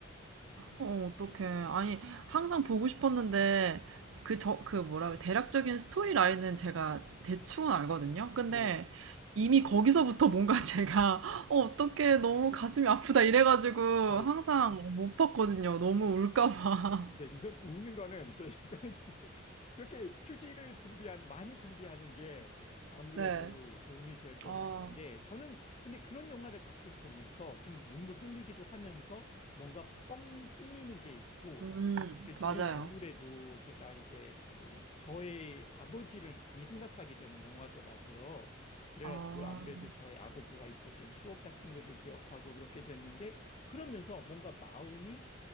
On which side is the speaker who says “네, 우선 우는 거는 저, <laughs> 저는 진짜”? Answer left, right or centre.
Left